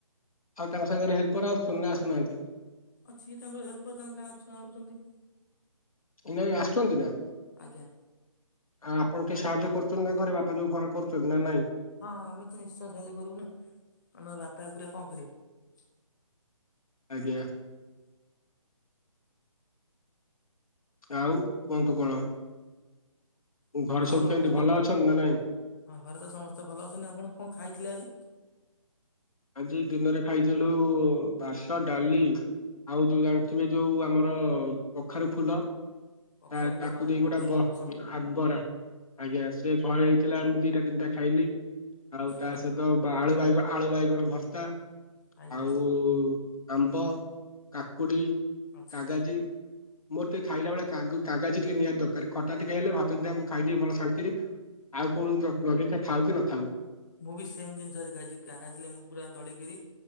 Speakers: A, on the left (about 80°); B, on the left (about 35°).
A: ଆଉ ତାଙ୍କ ସାଙ୍ଗରେ ହେଲ୍ପର ଆସୁଚନ୍ତି ନା ଆସୁନାହାନ୍ତି।
B: ଅଛି ତାଙ୍କର ହେଲ୍ପର ତାଙ୍କ ଗାଁ ଛୁଆ ଆଣୁଛନ୍ତି।
A: ଏଇନା ଆସୁଛନ୍ତି ନା।
B: ଆଜ୍ଞା।
A: ଆ ଆପଣ ଟିକେ ସାହାଯ୍ୟ କରୁଛନ୍ତି ନା ଘରେ ବାପା ଯୋଉ ଘରେ କରୁଚନ୍ତି ନା ନାଇଁ।
B: ହଁ ଆମେ ତ ନିଶ୍ଚୟ ସାହାଯ୍ୟ କରିବୁ ନା ଆମ ବାପା ଏକୁଟିଆ କଣ କରିବେ।
A: ଆଜ୍ଞା। ଆଉ କୁହନ୍ତୁ କଣ। ଘରେ ସବୁ
B: ଆଉ ଆପଣ
A: କେମିତି
B: ଆଜି
A: ଭଲ ଅଛନ୍ତି ନା ନାଇଁ?
B: ହଁ ଘରେ ତ ସମସ୍ତେ ଭଲ ଅଛନ୍ତି ଆପଣ କଁ ଖାଇଥିଲେ ଆଜି।
A: ଆଜି ଦିନରେ ଖାଇଥିଲୁ ବାସ ଡାଲି। ଆଉ ଯୋଉ ଜାଣିଥିବେ ଯୋଉ ଆମର କଖାରୁ ଫୁଲ।
B: କଖାରୁ
A: ତା
B: ଫୁଲ
A: ତାକୁ
B: ବରା
A: ଦେଇକି
B: ମତେ
A: ଗୋଟେ ବ
B: ବହୁତ ପସନ୍ଦ
A: ଆକ୍ବରା ଆଜ୍ଞା ସିଏ ଘରେ ହେଇଥିଲା ମୁଁ ଦିଟା ତିନିଟା ଖାଇଲି। ଆଉ ତା
B: ଆଜ୍ଞା
A: ସହିତ ବାଳୁ ବାଇଗଣ ଆଳୁ ବାଇଗଣ ଭର୍ତ୍ତା
B: ଆଜ୍ଞା
A: ଆଉ ଆମ୍ବ କାକୁଡ଼ି
B: ଆଚ୍ଛା।
A: କାଗାଜି। ମୋର ଟିକେ ଖାଇଲା ବେଳେ କାଗଜ୍ କାଗାଜି ଟିକେ ନିଆତି ଦରକାର ଖଟା ଟିକେ ହେଲେ ଭାତ ଦିଟା ଖାଇଦିଏ ଭଲ ଶାନ୍ତିରେ ଆଉ କୌଣ ଲଗିଚା ଥାଉ କି ନଥାଉ।
B: ମୁଁ ବି ସେମ ଜିନିଷ ଆଛି ଖାଇଛି କାଗାଜି ଲେମ୍ବୁ ପୁରା ଦଳିକିରି